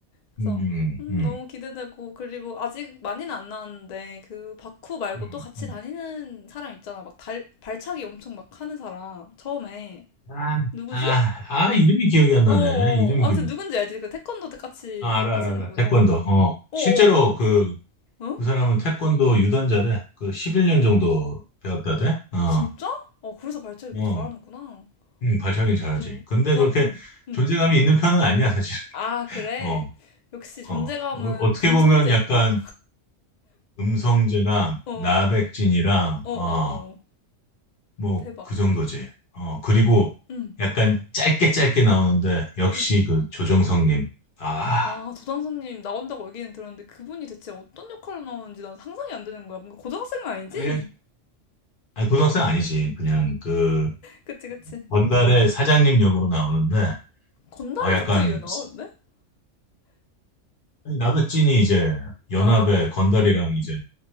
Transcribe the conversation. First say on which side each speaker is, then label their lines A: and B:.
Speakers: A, on the left; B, on the left.
A: 그래서,
B: 음,
A: 음,
B: 음,
A: 너무 기대되고. 그리고 아직 많이는 안 나왔는데, 그, 바쿠 말고
B: 음. 음,
A: 또 같이
B: 음.
A: 다니는 사람 있잖아. 막 달, 발차기 엄청 막 하는 사람. 처음에.
B: 아,
A: 누구지?
B: 아, 아, 이름이 기억이 안
A: 어,
B: 나네.
A: 어.
B: 이름이
A: 아무튼
B: 기억.
A: 누군지 알지? 그 태권도 같이
B: 아, 알아,
A: 하시는
B: 알아, 알아.
A: 분.
B: 태권도.
A: 어,
B: 어,
A: 어,
B: 실제로
A: 어.
B: 그,
A: 어?
B: 그 사람은 태권도 유단자래. 그 11년 정도 배웠다대. 어,
A: 진짜? 어, 그래서 발차기 이렇게
B: 어.
A: 잘하는구나.
B: 응, 발차기는 잘하지.
A: 응.
B: 근데
A: 나,
B: 그렇게
A: 응, 응.
B: 존재감이 있는 편은 아니야, 사실.
A: 아, 그래.
B: 어,
A: 역시 존재감은
B: 어. 어, 떻게
A: 금성재인가?
B: 보면 약간 음성재랑
A: 어,
B: 나백진이랑,
A: 어, 어,
B: 어,
A: 어.
B: 뭐,
A: 대박.
B: 그 정도지. 어, 그리고
A: 응,
B: 약간 짧게 짧게 나오는데, 역시
A: 응, 응.
B: 그 조정석님. 아,
A: 아, 도당선님 나온다고 얘기는 들었는데 그분이 대체 어떤 역할로 나오는지 난 상상이 안 되는 거야. 뭔가 고등학생은 아니지?
B: 그냥, 아니, 고등학생 아니지. 그냥 그,
A: <laughs> 그치, 그치.
B: 건달의 사장님 역으로 나오는데,
A: 건달이
B: 아, 약간,
A: 갑자기 왜 나왔는데
B: 아니, 나백진이 이제 연합의
A: 아,
B: 건달이랑 이제